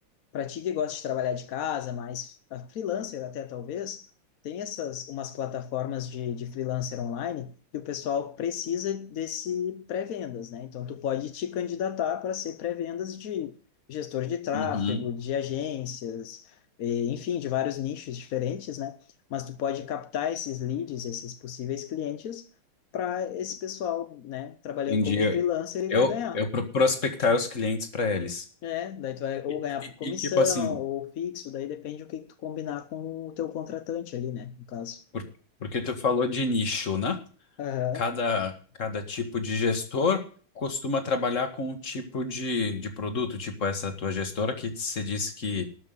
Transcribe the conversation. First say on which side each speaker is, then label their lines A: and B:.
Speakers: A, on the left; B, on the left.
A: para ti que gosta de trabalhar de casa, mas a freelancer até talvez, tem essas umas plataformas de, de freelancer online que o pessoal precisa desse pré-vendas, né? Então tu pode te candidatar para ser pré-vendas de gestor de tráfego,
B: Uhum.
A: de agências, eh, enfim, de vários nichos diferentes, né? Mas tu pode captar esses leads, esses possíveis clientes para esse pessoal, né, trabalhando
B: Entendi.
A: como freelancer
B: Eu,
A: e
B: eu,
A: vai ganhar.
B: eu pro- prospectar os clientes para eles.
A: É, daí tu vai ou
B: E,
A: ganhar
B: e-
A: por comissão,
B: e, tipo assim,
A: ou fixo, daí depende do que tu combinar com o teu contratante ali, né, no caso.
B: por- porque tu falou de nicho, né?
A: Aham.
B: Cada, cada tipo de gestor costuma trabalhar com um tipo de, de produto, tipo essa tua gestora que você disse que